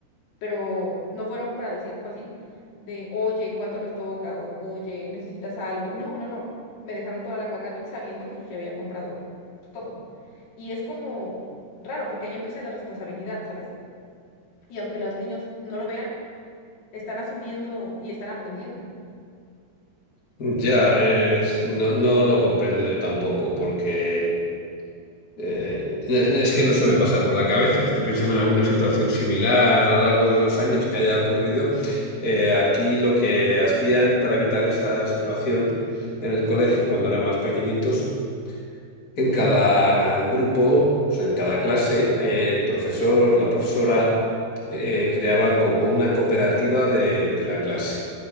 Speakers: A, on the left; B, on the left.
A: pero no fueron para decir así de, oye, ¿cuánto nos toca? O, oye, ¿necesitas algo? No, no, no. Me dejaron toda la carga a mí sabiendo que yo ya había comprado todo. Y es como raro, porque ahí empieza la responsabilidad, ¿sabes? Y aunque los niños no lo vean, están asumiendo y están aprendiendo.
B: Ya, es- no, no lo comprendo yo tampoco, porque eh, e, es que no se me pasa por la cabeza. Estoy pensando en alguna situación similar a lo largo de los años que haya ocurrido. Eh, aquí lo que hacían para evitar esa situación en el colegio, cuando eran más pequeñitos, en cada grupo, o sea, en cada clase, eh, el profesor, la profesora eh, creaba como una cooperativa de de la clase.